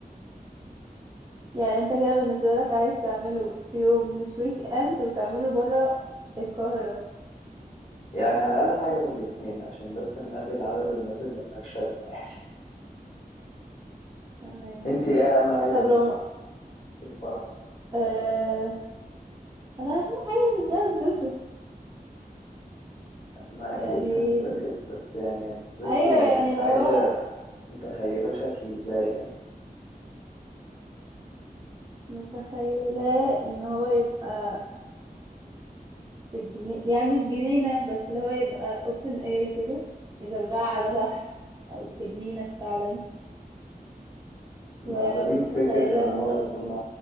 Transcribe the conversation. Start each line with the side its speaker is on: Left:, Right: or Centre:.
Right: يعني انت كده بالنسبة لك عايز تعمله في يوم مش ويك اند وتعمله برا القاهرة
Left: يعني على الاقل حاجة من الاتنين عشان بس نقلل عدد الناس اللي ملهاش لازمة <laughs>
Right: تمام
Left: انت ايه اهم حاجة
Right: طب
Left: من-
Right: لو ما...
Left: في الفرح
Right: آه... انا اهم حاجة بالنسبة لي اتبسط
Left: ما
Right: يعني
Left: اكيد هنتبسط بس يعني هتتبسط
Right: ايوه
Left: يعني
Right: يعني
Left: عايزه
Right: اللي هو
Left: متخيله شكله ازاي يعني
Right: متخيلة ان هو يبقى في جنينة يعني مش جنينة بس اللي هو يبقى open air كده اذا بقى على بحر او في جنينة فعلا
Left: مع
Right: ومتخيلة
Left: ظريف فكره ان
Right: انه
Left: هو يكون